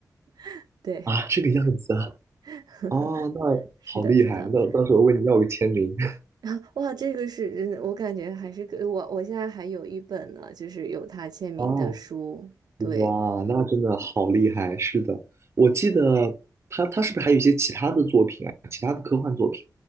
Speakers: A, on the right; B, on the right.
A: <laughs> 对，
B: 啊，这个样子啊，
A: <laughs>
B: 哦，那
A: 是的，
B: 好厉害，
A: 是的，
B: 那到时候问你要个签名。<laughs>
A: <laughs> 哇，这个是，嗯我感觉还是给我，我现在还有一本呢，就是有他签名的书，
B: 哦，
A: 对，
B: 哇，那真的好厉害，是的，我记得他他是不是还有一些其他的作品啊？其他的科幻作品？